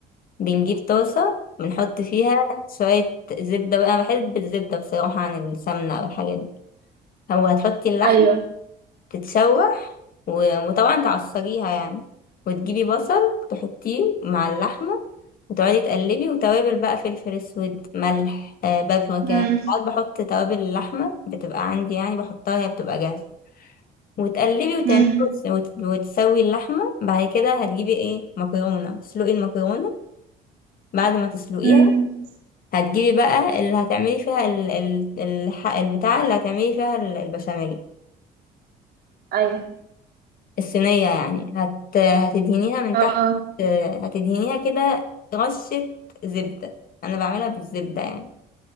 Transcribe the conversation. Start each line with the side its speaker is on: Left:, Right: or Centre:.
Left: بنجيب طاسة بنحط فيها شوية زبدة بقى أنا بحب الزبدة بصراحة عن السمنة أو الحاجات دي هو هتحطي اللحم
Right: ايوه
Left: تتشوح و- وطبعا تعصريها يعني وتجيبي بصل تحطيه مع اللحمة وتقعدي تقلبي وتوابل بقى فلفل اسود ملح آه بابريكا
Right: امم
Left: ساعات بحط توابل اللحمة بتبقى عندي يعني بحطها هي بتبقى جاهزة وتقلبي وتعملي
Right: امم
Left: وت- وتسوي اللحمة بعد كده هتجيبي ايه مكرونة تسلقي المكرونة بعد ما تسلقيها
Right: امم
Left: هتجيبي بقى اللي هتعملي فيها ال ال الح- البتاع اللي هتعملي فيها ال- البشاميل
Right: ايوه
Left: الصينية يعني هت هتدهنيها من
Right: اه
Left: تحت هتدهنيها كده رشة زبدة أنا بعملها بالزبدة يعني